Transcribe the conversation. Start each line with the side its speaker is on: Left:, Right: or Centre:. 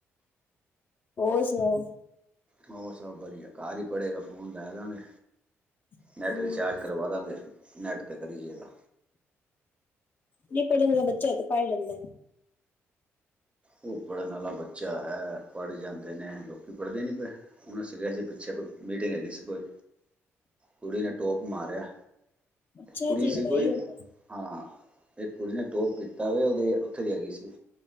Left: ਹੋਰ ਸੁਣਾਓ?
Right: ਹੋਰ ਸਭ ਵਧੀਆ। ਘਰ ਹੀ ਪੜੇਗਾ ਫੋਨ ਲੈ ਦਾਂਗੇ।
Left: ਹਮ
Right: ਨੈੱਟ ਰਿਚਾਰਜ ਕਰਵਾ ਦਾਂਗੇ, ਨੈੱਟ ਤੇ ਕਰੀ ਜੇਗਾ।
Left: ਨਹੀਂ ਪੜਨੇ ਵਾਲਾ ਬੱਚਾ ਏ, ਤਾ ਪੜ੍ਹ ਲੈਂਦਾ ਐ।
Right: ਉਹ ਪੜ੍ਹਨ ਆਲਾ ਬੱਚਾ ਹੈ, ਪੜ੍ਹ ਜਾਂਦੇ ਨੇ। ਲੋਕ ਪੜ੍ਹਦੇ ਨਹੀਂ ਪਏ। ਹੁਣੇ ਸੀਗਾ ਜੇ ਪਿੱਛੇ, ਕੋਈ ਮੀਟਿੰਗ ਹੈਗੀ ਸੀ ਕੋਈ ਕੁੜੀ ਨੇ ਟੋਪ ਮਾਰਿਆ,
Left: ਅੱਛਾ
Right: ਕੁੜੀ
Left: ਜੀ ਵਧਾਈ
Right: ਸੀ ਕੋਈ
Left: ਹੋਵੇ
Right: ਹਾਂ, ਇੱਕ ਕੁੜੀ ਨੇ ਟੋਪ ਕੀਤਾ ਵਿਆ। ਉਹਦੀ, ਉੱਥੇ ਦੀ ਹੈਗੀ ਸੀ